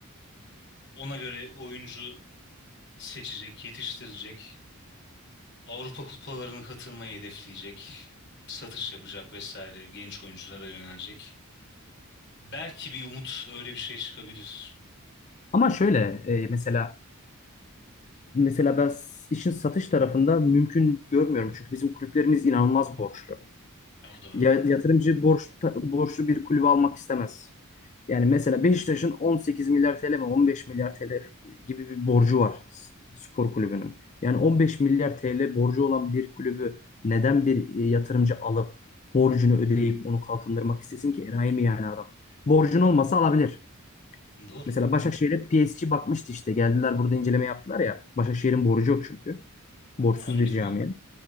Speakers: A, on the left; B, on the left.
A: Ona göre oyuncu seçecek, yetiştirecek. Avrupa kupalarına katılmayı hedefleyecek. Satış yapacak vesaire. Genç oyunculara yönelecek. Belki bir umut öyle bir şey çıkabilir.
B: Ama şöyle e, mesela mesela ben s- işin satış tarafında mümkün görmüyorum. Çünkü bizim kulüplerimiz inanılmaz borçlu.
A: Ya, o da
B: Ya-
A: var. Doğru.
B: yatırımcı borç, borçlu bir kulübe almak istemez. Yani mesela Beşiktaş'ın 18 milyar TL mi 15 milyar TL gibi bir borcu var s- spor kulübünün. Yani 15 milyar TL borcu olan bir kulübü neden bir e, yatırımcı alıp borcunu ödeyip onu kalkındırmak istesin ki? Enayi mi yani adam? Borcun olmasa alabilir.
A: Doğru.
B: Mesela Başakşehir'e PSG bakmıştı işte. Geldiler burada inceleme yaptılar ya. Başakşehir'in borcu yok çünkü. Borçsuz
A: Onu
B: bir
A: bilmiyordum.
B: camia.